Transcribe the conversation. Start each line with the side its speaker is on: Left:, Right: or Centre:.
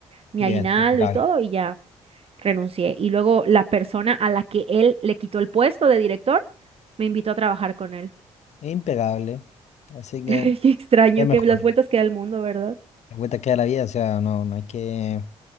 Right: mi
Left: Bien,
Right: aguinaldo
Left: impecable.
Right: y todo, y ya renuncié. Y luego la persona a la que él le quitó el puesto de director, me invitó a trabajar con él.
Left: Impecable. Así que
Right: <laughs> Qué extraño,
Left: es mejor.
Right: que las vueltas que da el mundo, ¿verdad?
Left: La vuelta queda la vida, o sea, no, no hay que.